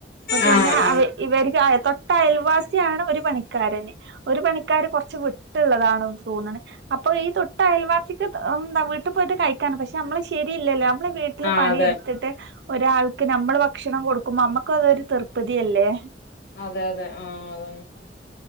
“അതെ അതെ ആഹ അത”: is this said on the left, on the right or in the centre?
Left